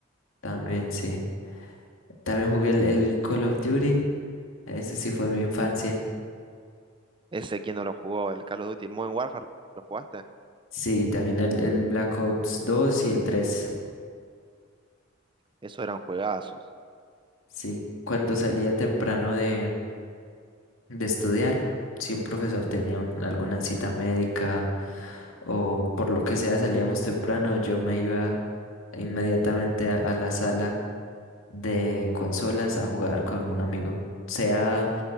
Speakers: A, on the left; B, on the right.
A: también sí. También jugué el, el Call of Duty, ese sí fue mi infancia.
B: Ese, ¿quién no lo jugó? El Call of Duty, el Modern Warfare, ¿lo jugaste?
A: Sí, también el, el Black Ops 2 y el tres
B: Eso eran juegazos.
A: Sí, cuando salía temprano de, de estudiar. Si un profesor tenía un- alguna cita médica o por lo que sea salíamos temprano, yo me iba inmediatamente a, a la sala de consolas a jugar con un amigo. Sea